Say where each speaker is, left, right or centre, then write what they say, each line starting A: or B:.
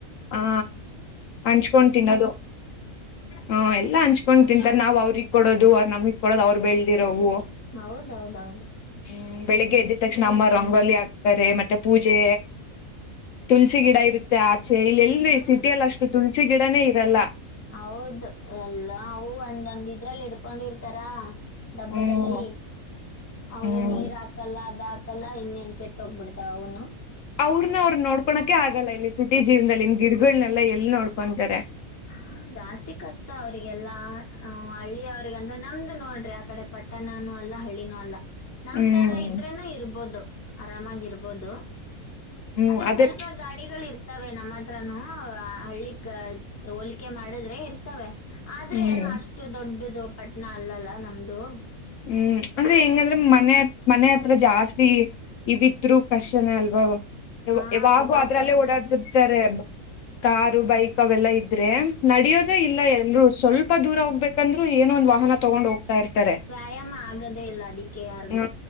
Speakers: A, on the left (about 70°); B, on the left (about 20°).
A: ಹಾ ಹಂಚ್ಕೊಂಡ್ ತಿನ್ನೋದು. ಹಾ ಎಲ್ಲಾ ಹಂಚ್ಕೊಂಡ್ ತಿಂತಾರೆ ನಾವ್ ಅವ್ರಿಗ್ ಕೊಡೋದು ಅವ್ರು ನಮಿಗ್ ಕೊಡೋದು ಅವ್ರು ಬೆಳೆದಿರೋವು
B: ಹೌದೌದೌದೌದ
A: ಹ್ಮ್ ಬೆಳಿಗ್ಗೆ ಎದ್ದಿದ ತಕ್ಷಣ ಅಮ್ಮ ರಂಗೋಲಿ ಹಾಕ್ತಾರೆ ಮತ್ತೆ ಪೂಜೆ ತುಳಸಿ ಗಿಡ ಇರುತ್ತೆ ಆಚೆ ಇಲ್ಲೆಲ್ಲೂ ಸಿಟಿಯಲ್ಲಿ ಅಷ್ಟು ತುಲ್ಸಿ ಗಿಡನೇ ಇರಲ್ಲ
B: ಹೌದ ಎಲ್ಲಾ ಅವು ಒಂದೊಂದ ಇದ್ರಲ್ಲಿ ಇಡ್ಕೊಂಡಿರ್ತಾರಾ ಡಬ್ಬದಲ್ಲೀ
A: ಹ್ಮ್
B: ಅವು
A: ಹ್ಮ್
B: ನೀರ್ ಹಾಕಲ್ಲ ಅದ ಹಾಕಲ್ಲ ಇನ್ನೇನ್ ಕೆಟ್ಟ ಹೋಗ್ಬಿಡ್ತಾವ ಅವುನು
A: ಅವ್ರನ ಅವ್ರು ನೋಡ್ಕೋಳಕೆ ಆಗಲ್ಲ ಇಲ್ಲಿ ಸಿಟಿ ಜೀವನದಲ್ಲಿನ್ ಇನ್ ಗಿಡಗಳ್ನೆಲ್ಲ ಎಲ್ಲಿ ನೋಡ್ಕೊತಾರೆ
B: ಹಾ ಜಾಸ್ತಿ ಕಷ್ಟ ಅವ್ರರಿಗೆಲ್ಲಾ ಹು ಹಳ್ಳಿಅವ ಈಗ ಅಂದ್ರೆ ನಮ್ದು ನೋಡ್ರಿ ಆ ಕಡೆ ಪಟ್ಟಣನೂ ಅಲ್ಲ ಹಳ್ಳಿನೂ ಅಲ್ಲ ನಮ್
A: ಹ್ಮ್
B: ತರಾ ಇದ್ರೇನು ಇರ್ಬೋದು ಆರಾಮಾಗಿರ್ಬೋದು
A: ಹ್ಮ್
B: ಆದ್ರೆ
A: ಅದೇ
B: ಸ್ವಲ್ಪ ಗಾಡಿ ಗಾಡಿಗಳು ಇರ್ತವೆ ನಮ್ಮ್ ಹತ್ರಾನು ಹಳ್ಳಿಕ್ ಹೋಲಿಕೆ ಮಾಡಿದ್ರೆ ಇರ್ತವೆ ಆದ್ರೂ
A: ಹ್ಮ್
B: ಏನೋ ಅಷ್ಟು ದೊಡ್ಡದು ಪಟ್ಣ ಅಲ್ಲಲ್ಲ ನಮ್ದು
A: ಹ್ಮ್ ಅಂದ್ರೆ ಹೆಂಗಂದ್ರ ಮನೆ ಮನೆ ಹತ್ರ ಜಾಸ್ತಿ ಇವಿದ್ರು ಕಷ್ಟನ ಅಲ್ವಾ <unintelligible> ಯಾವ
B: ಹಾ
A: ಯಾವಾಗು ಅದ್ರಲ್ಲೇ ಓಡಾಡ್ತಿರ್ತಾರೆ ಕಾರು ಬೈಕ್ ಅವೆಲ್ಲ ಇದ್ರೇ ನಡಿಯೋದೇ ಇಲ್ಲ ಎಲ್ರರೂ ಸ್ವಲ್ಪ ದೂರ ಹೋಗ್ಬೇಕಂದ್ರು ಏನೊ ಒಂದ ವಾಹನ ತಗೊಂಡ್ ಹೋಗ್ತಾ ಇರ್ತಾರೆ
B: ವ್ಯಾಯಾಮ ಆಗದೇ ಇಲ್ಲ ಅದಿಕ್ಕೆ ಯಾರಿಗೂ
A: ಹಾ